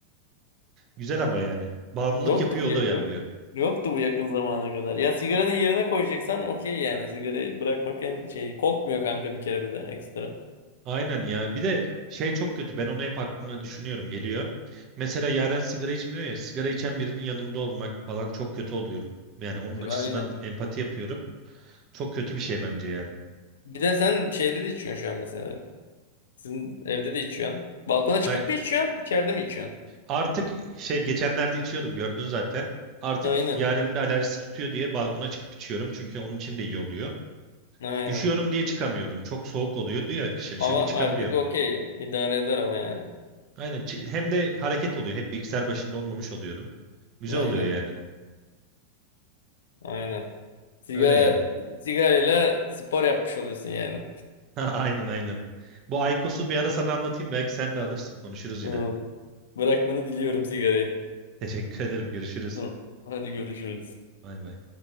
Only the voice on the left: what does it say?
Yoktu
bu
yok. Yoktu bu yakın zamana kadar. Ya sigaranın yerine koyacaksan okey yani. Sigarayı bırakmak en şey kokmuyor kanka bir kere bir de ekstra.
Aynen.
Bir de sen şeyde de içiyorsun şu an mesela. Sizin evde de içiyorsun. Balkona çıkıp
mı içiyorsun? İçeride mi içiyorsun?
Aynen.
Aynen.
Hava
artık okey ya. İdare eder ama yani.
Aynen.
Aynen. Sigara
sigarayla spor yapmış oluyorsun yani.
Hı. Bırakmanı diliyorum sigarayı.
Hı. Hadi görüşürüz.